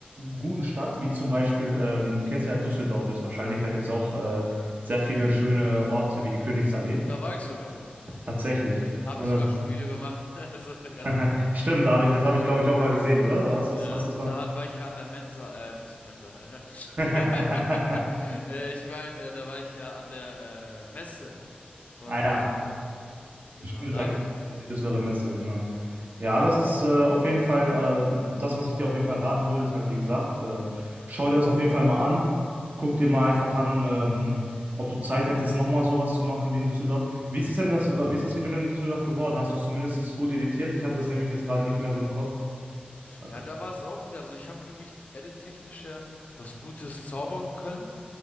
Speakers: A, on the right (about 55°); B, on the left (about 45°).
A: guten Stadt, wie zum Beispiel, ähm, kennst ja Düsseldorf ist wahrscheinlich, da gibt es ja auch äh, sehr viele schöne Orte wie die Königsallee.
B: Da war ich sogar.
A: Tatsächlich.
B: Da habe
A: Und
B: ich
A: das,
B: sogar schon ein Video gemacht. <laughs> Also ja.
A: <laughs> Stimmt, da hab ich, das habe ich, glaube ich, auch mal gesehen, oder? Hast du
B: ja
A: das, hast du das mal?
B: da hat- war ich ja an der Mensa. Äh, was für Mensa?
A: <laughs>
B: <laughs> äh, ich meine, äh, da war ich ja an der äh, Messe. Von
A: Ah ja,
B: Düsseldorf. Genau,
A: stimmt,
B: da
A: da
B: habe
A: gibt
B: ich ein Video
A: die
B: gemacht
A: Düsseldorfer
B: gehabt.
A: Messe, genau. Ja,
B: Ja.
A: das ist äh, auf jeden Fall, äh, das, was ich dir auf jeden Fall raten würde, ist halt, wie gesagt, äh, schau dir das auf jeden Fall mal an. Guck dir mal einfach an, ähm, ob du Zeit hättest, nochmal sowas zu machen wie in Düsseldorf. Wie ist das denn das, wie ist das Video denn in Düsseldorf geworden? Hast du es zumindest gut editiert? Ich habe das nämlich jetzt gerade nicht mehr so im Kopf. Äh,
B: Ja, da war es auch wieder. Also ich habe wirklich edit-technisch ja was Gutes zaubern können.